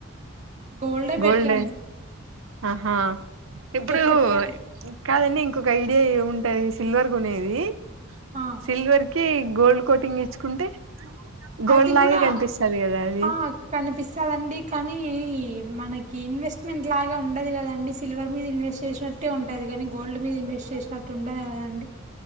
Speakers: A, on the right; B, on the right.
A: గోల్డే బెట్రర్
B: గోల్డ్
A: అండి.
B: ఆహా ఇప్పుడు
A: ఎప్పటికైనా
B: కాదండి ఇ కొక ఐడియా ఏముంటాంది సిల్వర్ కొనేది
A: ఆ
B: సిల్వర్ కి గోల్డ్ కోటింగ్ ఇచ్చుకుంటే గోల్డ్
A: అది
B: లాగే
A: కూడా,
B: కనిపిస్తది కదా అది
A: ఆ కనిపిస్సాదండి కానీ మనకి ఇన్వెస్ మెంట్ లాగా ఉండదు కదండి, సిల్వర్ మీద ఇన్వెస్ చేసినట్టే ఉంటది గానీ, గోల్డ్ మీద ఇన్వెస్ చేసినట్టు ఉండద కదండి.